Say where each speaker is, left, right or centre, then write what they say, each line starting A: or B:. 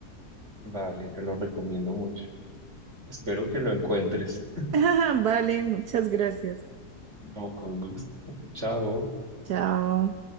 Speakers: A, on the right; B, on the right.
A: Vale, te lo recomiendo mucho. Espero que lo encuentres. <laughs>
B: <laughs> Vale, muchas gracias.
A: No, con gusto. Chao.
B: Chao.